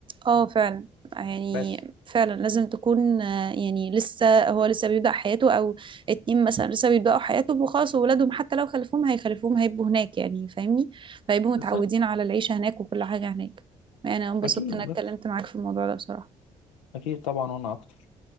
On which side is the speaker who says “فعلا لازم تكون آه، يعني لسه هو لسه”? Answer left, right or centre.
Right